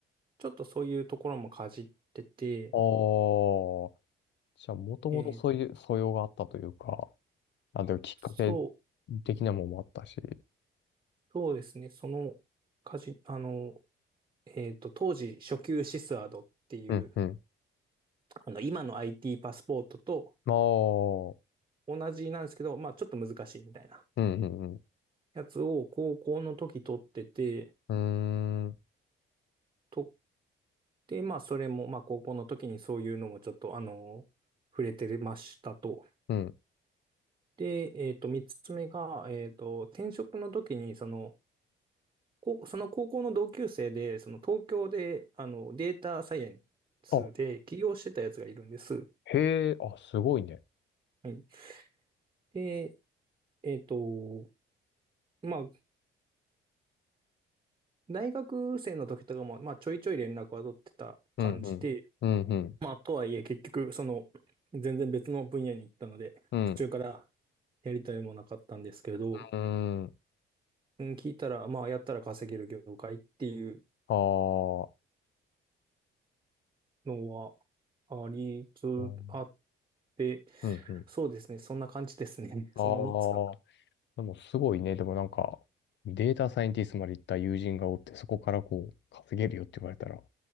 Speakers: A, on the right (about 25°); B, on the left (about 65°).
A: ちょっとそういうところもかじってて、
B: ああ。じゃあもともとそういう素養があったというか、
A: えー
B: あ、でもきっかけ
A: そう、
B: 的なものもあったし。
A: そうですね、その、かじ、あの、えっと、当時、初級シスアドっていう、
B: うん、うん。
A: あの、今の IT パスポートと
B: ああ、
A: 同じなんですけど、まあ、ちょっと難しいみたいな
B: うんうん
A: やつを高校の時取ってて、
B: うん。うーん、
A: とで、まあ、それも、まあ、高校の時にそういうのもちょっと、あの、触れてましたと。
B: うん。
A: で、えっと、三つ目が、えっと、転職の時に、その、こうその高校の同級生で、その東京で、あの、データサイエンスで起業してたやつがいるんです。
B: あ、へえ、あ、すごいね。
A: はい。で、えっと、まあ、大学生の時とかも、まあ、ちょいちょい連絡は取ってた感じで
B: うん、うん、うん、うん、
A: まあ、とはいえ、結局、その、全然別の分野に行ったので、
B: う
A: 途中からやりたいもなかったんですけど、
B: ん、うん。
A: うん、聞いたら、まあ、やったら稼げる業界っていう
B: ああ、
A: のはありつあっ
B: うん、
A: て、
B: うん。うん
A: そうですね、そんな感じですね。<laughs>
B: ああ、
A: その3つか。
B: でもすごいね。でもなんか、データサイエンティストまで行った友人がおって、そこからこう、稼げるよって言われたら、